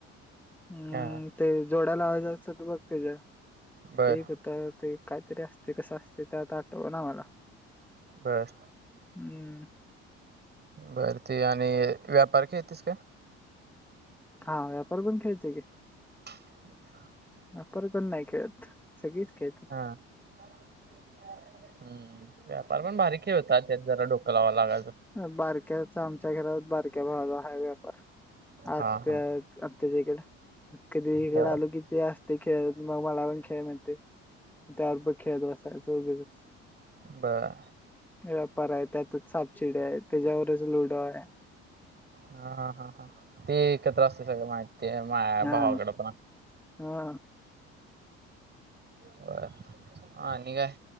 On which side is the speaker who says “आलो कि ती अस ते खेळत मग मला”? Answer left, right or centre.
Centre